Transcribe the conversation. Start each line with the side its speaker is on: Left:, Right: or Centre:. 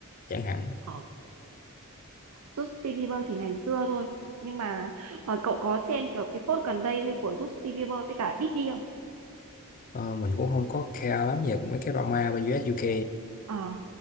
Left: chẳng hạn
Right: ờ. Justin Bieber thì ngày xưa thôi, nhưng mà ờ, cậu có xem kiểu cái phốt gần đây của Justin Bieber với cả Diddy không?
Left: Ờ, mình cũng không có care lắm về mấy cái drama bên u ét u UK
Right: Ờ,